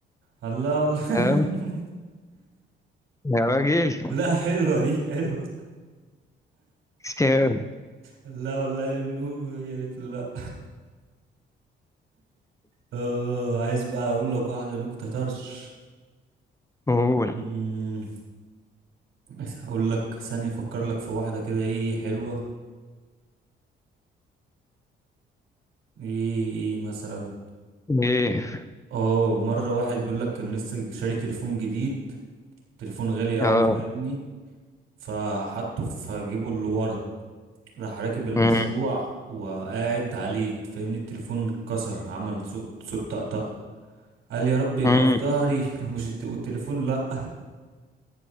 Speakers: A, on the right; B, on the left.
A: الله والله <laughs>
B: تمام يا راجل
A: لا حلوه دي حلوه
B: تمام.
A: لا والله النور يا ريت له لا اه عايز بقى اقول لك واحده نكته طرش
B: قول
A: أمم، بس هقول لك ثانيه افكر لك في واحده كده ايه إيه حلوه ايه ايه مثلا
B: ايه
A: اه مرة واحد بيقول لك كان لسه شاري تليفون جديد تليفون غالي قوي
B: اه
A: فاهمني فحطه في جيبه اللي ورا راح راكب المشروع
B: أمم.
A: وقاعد عليه فاهمني التليفون اتكسر عمل صوت صوت طقطقة قال يا رب يبقى
B: أمم.
A: في ظهري ومش الت... والتليفون لأ